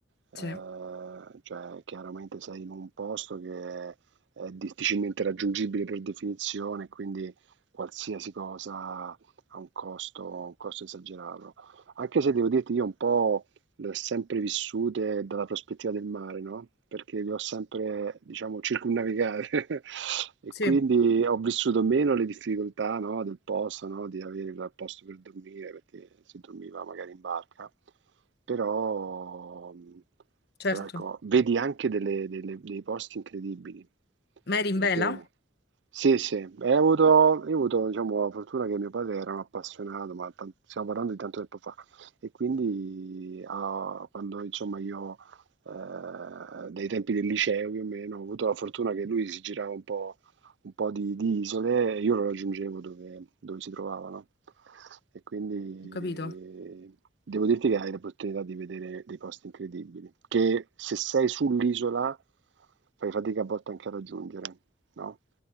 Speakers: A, on the right (about 70°); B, on the left (about 60°).
A: Eh,
B: Sì,
A: cioè, chiaramente sei in un posto che è difficilmente raggiungibile per definizione, quindi qualsiasi cosa ha un costo, un costo esagerato. Anche se devo dirti, io un po' le ho sempre vissute dalla prospettiva del mare, no? Perché le ho sempre, diciamo, circumnavigate <laughs> e
B: sì,
A: quindi ho vissuto meno le difficoltà, no, del posto, no? Di avere il posto per dormire, perché si dormiva magari in barca, però,
B: certo.
A: però ecco, vedi anche delle- delle- dei posti incredibili,
B: Mary in
A: perché...
B: vela?
A: Sì, sì, e ho avuto, io ho avuto, diciamo, la fortuna che mio padre era un appassionato, ma tan- stiamo parlando di tanto tempo fa, e quindi ah, quando insomma io, eh, dai tempi del liceo più o meno, ho avuto la fortuna che lui si girava un po', un po' di, di isole e io lo raggiungevo dove, dove si trovavano. E quindi
B: Ho capito.
A: devo dirti che hai l'opportunità di vedere dei posti incredibili, che se sei sull'isola fai fatica a volte anche a raggiungere, no?